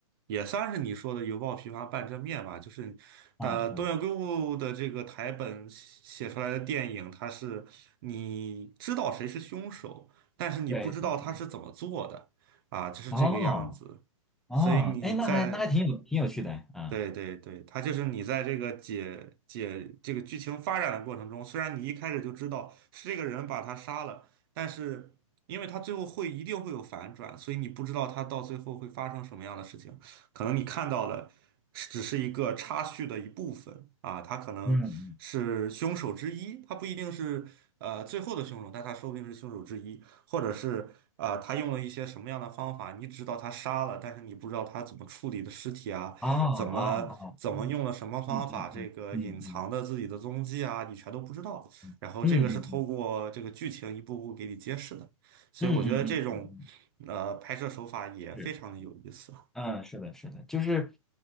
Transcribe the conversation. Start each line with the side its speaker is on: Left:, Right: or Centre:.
Right: 也算是你说的犹抱琵琶半遮面吧，就是呃东野圭吾的这个台本写出来的电影，
Centre: 嗯嗯，
Right: 它是你知道谁是凶手，但是你不知道他是怎么做的啊，
Centre: 对对对，
Right: 就是这个样子。
Centre: 哦哦，
Right: 所以你在
Centre: 哎，那还那还挺有挺有趣的，啊，
Right: 对对对，他就是你在这个解解这个剧情发展的过程中，虽然你一开始就知道是这个人把他杀了，但是因为他最后会一定会有反转，所以你不知道他到最后会发生什么样的事情。可能你看到的是只是一个插叙的一部分啊，他可能是凶手之一，
Centre: 嗯嗯，
Right: 他不一定是呃最后的凶手，但他说不定是凶手之一，或者是啊、他用了一些什么样的方法，你知道他杀了，但是你不知道他怎么处理的尸体啊。
Centre: 哦哦哦，
Right: 怎么怎么用了什么方法，
Centre: 嗯嗯嗯嗯嗯
Right: 这个隐藏的自己的踪迹啊，你全都不知道。
Centre: 嗯嗯嗯嗯。
Right: 然后这个是透过这个剧情一步步给你揭示的，所以我觉得这种
Centre: 嗯嗯嗯嗯嗯，
Right: 呃拍摄手法也非常的有意思。
Centre: 是，嗯，是的，是的，就是